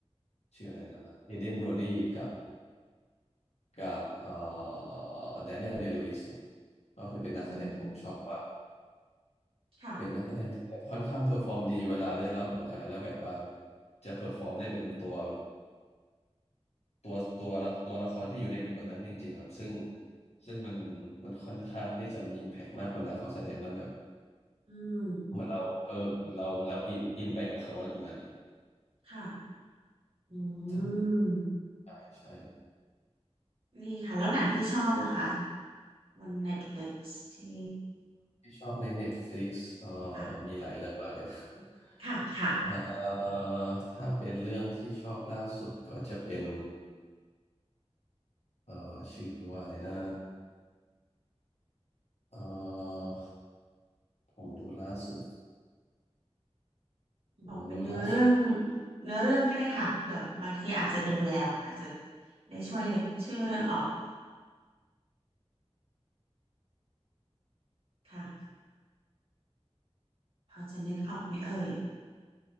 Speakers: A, on the left; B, on the right.
A: ชื่ออะไรแล้วนะเอเดนโบรดีกับกับเอ่อแดเนียลเดลิวิสครับก็คือเป็นนักแสดงที่ผมชอบเพราะว่า
B: อืมค่ะ
A: เป็นนักแสดงที่แบบค่อนข้างเพอร์ฟอร์มดีเวลาได้รับบทอะไรแล้วแบบว่าจะเพอร์ฟอร์มได้เป็นตัว ตัวตัวละตัวละครที่อยู่ในบทนั้นจริงๆครับซึ่งซึ่งมันมันค่อนข้างที่จะมีอิมแพกมากเวลาเขาแสดงแล้วแบบ
B: อืม
A: เหมือนเราเพิ่มเราเอเราอินอินไปกับเขาอะไรประมาณเนี้ย
B: ค่ะอื
A: ครับ
B: ม
A: ใช่ใช่
B: ดีค่ะแล้วหนังที่ชอบล่ะคะบน Netflix ที่
A: ที่ชอบใน Netflix เอ่อ
B: ค่ะ
A: มีหลายเรื่องมากเลยนะ <laughs>
B: ค่ะค่ะ
A: เอ่อถ้าเป็นเรื่องที่ชอบล่าสุดก็จะเป็นเอ่อชื่อว่าอะไรนะเอ่อผมดูล่าสุด
B: อืมอืมบอกเป็นเนื้อเรื่อง
A: ผมดูล่าสุด
B: เนื้อเรื่องก็ได้ค่ะเผื่อบางทีอาจจะดูแล้วอาจจะได้ช่วยนึกชื่อเรื่องออกค่ะ พอจะนึกออกไหมเอ่ย